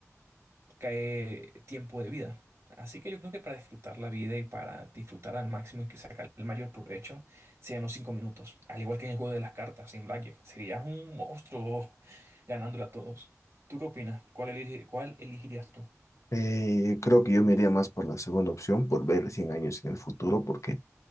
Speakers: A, on the right (about 60°); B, on the left (about 70°).
A: cae tiempo de vida. Así que yo creo que para disfrutar la vida y para disfrutar al máximo y que sacar el mayor provecho, sean los cinco minutos. Al igual que en el juego de las cartas, en Blackjack, serías un monstruo <laughs> ganándole a todos. ¿Tú qué opinas? ¿Cuál elige- cuál elegirías tú?
B: eh, creo que yo me iría más por la segunda opción, por ver 100 años en el futuro, porque